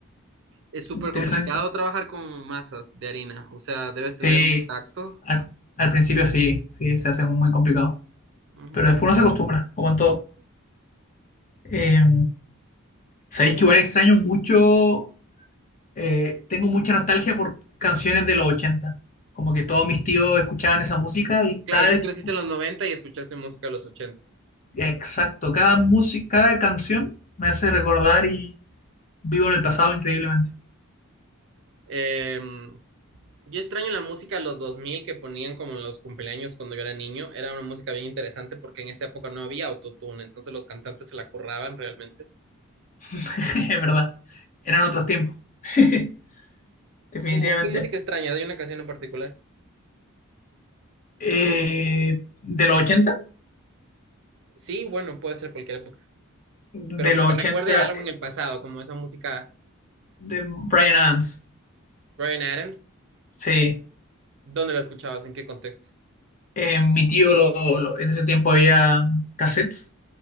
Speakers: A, on the right; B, on the left.
A: Es súper
B: Interesante.
A: complicado trabajar con masas de harina, o sea, debes tener
B: Sí,
A: un tacto.
B: al, al principio sí, sí, se hace muy complicado.
A: Ujú.
B: Pero después uno se acostumbra, como en todo. Eh, sabéis que igual extraño mucho eh, tengo mucha nostalgia por canciones de los ochenta Como que todos mis tíos escuchaban esa música y cada
A: Claro, y tú
B: vez
A: creciste
B: que escucho,
A: en los 90 y escuchaste música de los ochenta,
B: exacto, cada música, cada canción me hace recordar y vivo en el pasado increíblemente.
A: Em, yo extraño la música de los 2000 que ponían como en los cumpleaños cuando yo era niño. Era una música bien interesante porque en esa época no había autotune, entonces los cantantes se la curraban realmente.
B: <laughs> Es verdad, eran otros tiempos, <laughs> definitivamente.
A: ¿Qué, mu- qué música extraña? ¿Hay una canción en particular?
B: Eh, de los ochenta
A: Sí, bueno, puede ser cualquier época,
B: de
A: pero
B: los
A: que te
B: 80
A: recuerde a algo
B: eh,
A: en el pasado, como esa música
B: de Brian Adams,
A: Bryan Adams.
B: sí.
A: ¿Dónde la escuchabas? ¿En qué contexto?
B: Eh, mi tío lo- lo- en ese tiempo había cassettes